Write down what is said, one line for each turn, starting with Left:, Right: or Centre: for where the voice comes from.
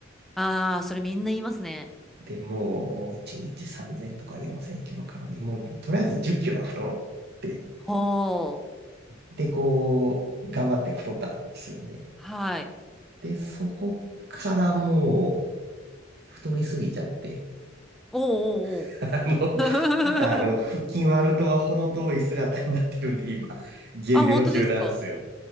Centre: ああ、それみんな言いますね。
Right: で、もう、1日3000とか4000キロカロリー、もう、とりあえず10キロは太ろうって。
Centre: ほう。
Right: で、こう、頑張って太ったんですよね。
Centre: はい。
Right: で、そこからもう、太りすぎちゃって、
Centre: おうおうおう。
Right: <laughs> あの、
Centre: <laughs>
Right: あの、腹筋割るとは程遠い姿になってるんで、今、減量中なんですよ。
Centre: あ、本当ですか